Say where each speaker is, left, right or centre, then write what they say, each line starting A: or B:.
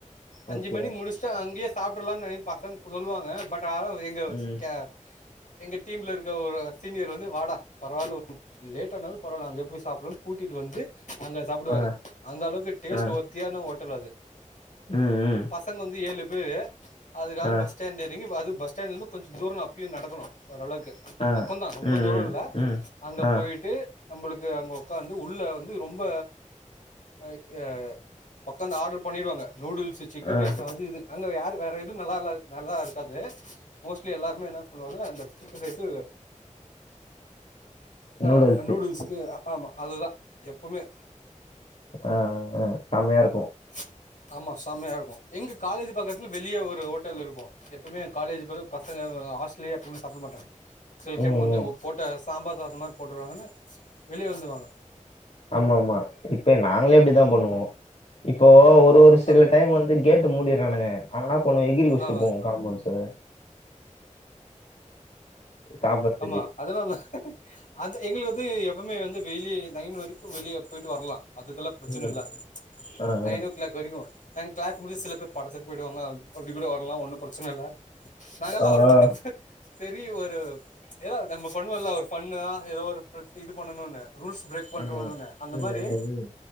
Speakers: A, on the left; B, on the left.
A: அஞ்சு
B: ஓகே
A: மணிக்கு முடிச் ட்டு அங்கேயே சாப்பிடலாம்னு நின பசங்க சொல்லுவாங்க பட் அத எங்கல்ஸ்
B: ம்
A: ஆ எங்க டீம்ல இருக்கிற ஒரு சீனியர் வந்து வாடா பரவாயில்ல லேட் த்த நாலு பரவல அங்க சாப்பிட கூட்டிட்டு வந்து அங்க சாப்பிடுவாரு
B: ஆ
A: அந்த அளவு டேஸ்ட்
B: ஆ
A: ஒரு தியானம் ஓட்டல் அது
B: ம் ம்
A: பசங்க வந்து ஏழு பேரு அதுக்காக
B: ஆ
A: பஸ் பஸ் ஸ்டாண்ட்ல இறங்கி து பஸ்டண்டலந்து கொஞ்ச தூர அப்பயு நடக்கனு ஓரளவுக்கு த்து
B: ஆ
A: பக்கம் தா ரொம்ப
B: ம்
A: தூரம்
B: ம்
A: இல்ல
B: ம்
A: அங்க
B: ஆ
A: போயிட்டு நம்மளுக்கு அங்க உக்காந்து உள்ள வந்து ரொம்ப ஆ ஆ உக்காந்து ஆடர் பண்ணிடுவாங்க நூடுல்ஸ் சிக்கன்
B: ஆ
A: ரைஸ் அது இது அங்க யாரு வேற எதுவு நல்லா நல்லா இருக்காது மோஸ்ட்லி எல்லாருமே என்ன சொல்லுவ அந்த சிக்கன் ரைஸ்சு ஆ
B: நூடுல்ஸு
A: நூடுல்ஸ்கு அ ஆமா அதுதா எப்பவுமே
B: ஆ ஆ கம்மியா இருக்கு
A: <inaudible> ஆமா செம்மையா இருக்கு எங்க காலேஜ் பக்கத்துல வெளிய ஒரு ஹோட்டல் இருக்கு எப்பவுமே காலேஜ் பிர பசங்ககள் ஹாஸ்டல்லையே எப்போமே சாப்பிட மாட்டாங்க சில டைம்
B: ம்
A: வந்து
B: ம்
A: போட்ட சாம்பார் சாத மாரி போட்டுருவாங்கன்னு வெளிய வந்துவாங்க
B: ஆமா ஆமா இப்ப நாங்களே இப்டித்தா பண்ணுவோ இப்போ ஒரு இப்ப ஒரு சில
A: ஆ
B: டைம் வந்து கேட்டு மூடிறானுங்க ஆனா போணு எகிரி குச்சிட்டு
A: ஆமா
B: போவோ காமெண்ட்ஸ்சுவர் சாப்பறதுக்கு
A: ஆமா அதனால அத எங்களுக்கு வந்து எப்பவுமே வந்து வெளிய நைன் வரைக்கு வெளிய போயிட்டு வரலா அதுக்கெல்லா பிரச்சன
B: ம்
A: இல்ல
B: ஆ ஆ
A: நைன் ஓ கிளாக் தெரியு நாங்க கிளாஸ் முடிச்சு சில பேர் படத்துக்கு போயிருவாங்க அப்டி கூட வரலா ஒன்னும் பிரச்சன இல்ல நாங்கெல்லா
B: ஆ
A: ஒரு டைம்பு
B: ஆ.
A: செரி ஒரு ஏதா நம்ம பண்ணுவல்ல ஒரு ஃபண்ணா ஏதோ ஒரு இது பண்ணணும்னு ரூல்ஸ் பிரேக் பண்றோனுனு
B: ஆமா
A: அந்த
B: ம்
A: மாரி
B: ம் ம்